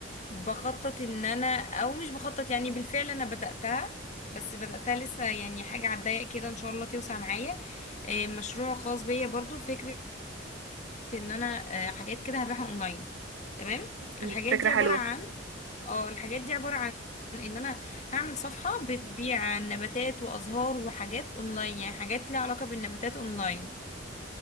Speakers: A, on the left; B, on the right.
A: بخطط إن أنا أو مش بخطط يعني بالفعل أنا بدأتها بس بدأتها لسه يعني حاجة على الضيق كده إن شاء الله توسع معايا آه، مشروع خاص بيا برضو فكرة إن أنا آه، حاجات كده هبيعها أونلاين تمام
B: مم.
A: الحاجات
B: فكرة
A: دي عبارة
B: حلوة
A: عن اه الحاجات دي عبارة عن ان انا هعمل صفحة بتبيع نباتات وازهار وحاجات اونلاين يعني حاجات ليها علاقة بالنباتات اونلاين